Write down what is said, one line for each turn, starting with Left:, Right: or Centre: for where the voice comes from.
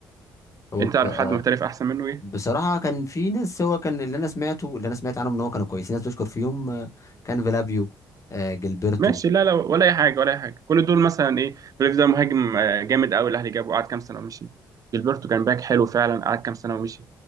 Left: هو
Right: أنت
Left: ب-
Right: تعرف
Left: آه،
Right: حد محترف أحسن منه إيه؟
Left: بصراحة كان في ناس هو كان اللي انا سمعته اللي انا سمعت عنهم ان هو كانوا كويسين ناس بتشكر فيهم آه، كان فيلافيو آه، جilberto
Right: ماشي لا لا ولا أي حاجة ولا أي حاجة كل دول مثلا إيه ريف ده مهاجم آه، جامد أوي الأهلي جابه قعد كام سنة ومشي جilberto كان باك حلو فعلا قعد كام سنة ومشي